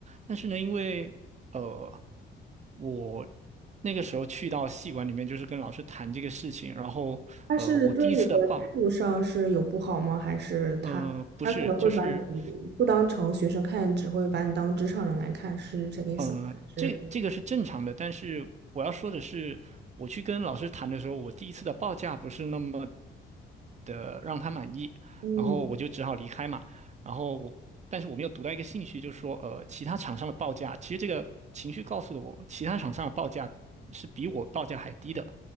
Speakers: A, on the right; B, on the right.
A: 但是呢，因为呃我那个时候去到系馆里面，就是跟老师谈这个事情，然后呃我第一次的报
B: 他是对你的态度上是有不好吗？还是他他可能会把你
A: 呃不是就是
B: 不当成学生看，只会把你当职场人来看，是这个意思吗？
A: 呃这这个是正常的，
B: 还是
A: 但是我要说的是，我去跟老师谈的时候，我第一次的报价不是那么的让他满意，
B: 嗯
A: 然后我就只好离开嘛。然后我，但是我没有读到一个信息，就是说，呃，其他厂商的报价，其实这个情绪告诉了我，其他厂商的报价是比我报价还低的。